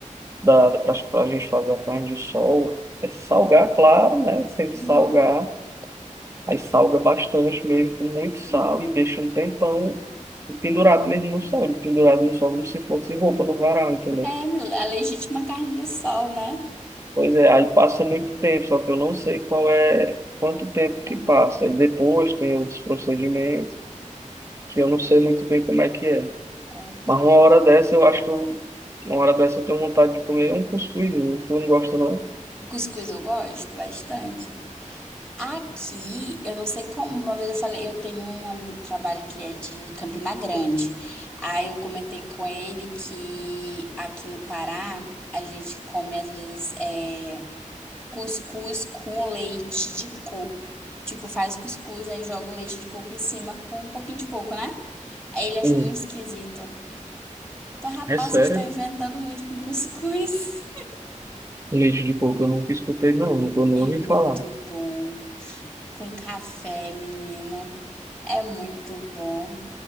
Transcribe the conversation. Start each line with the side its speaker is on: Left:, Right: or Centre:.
Right: da, da, para a gente fazer a carne de sol é salgar, claro, né? Tem que
Centre: Uhum.
Right: salgar, aí salga bastante mesmo, com muito sal e deixa um tempão pendurado mesmo no sol, pendurado no sol como se fosse roupa no varal, entendeu?
Centre: É, a legítima carne de sol, né?
Right: Pois é, aí passa muito tempo, só que eu não sei qual é, quanto tempo que
Centre: Aham,
Right: passa. E depois tem outros procedimentos, que eu não sei muito bem como é que é.
Centre: é, cara.
Right: Mas uma hora dessa eu acho que eu, uma hora dessa eu tenho vontade de comer um cuscuz, né? tu não gosta não?
Centre: Cuscuz eu gosto bastante. Aqui, eu não sei como, uma vez eu falei, eu tenho um amigo do trabalho que é de Campina Grande. Aí eu comentei com ele que aqui no Pará, a gente come às vezes é, cuscuz com leite de coco. Tipo, faz cuscuz, aí joga o leite de coco em cima com um pouquinho de coco, né? Aí ele achou
Right: Hum,
Centre: muito esquisito. Farrapaça
Right: é sério?
Centre: está inventando muito com cuscuz.
Right: Leite de porco eu nunca escutei não, nunca nem
Centre: É
Right: ouvi
Centre: muito
Right: falar.
Centre: bom. Com café, menino. É muito bom.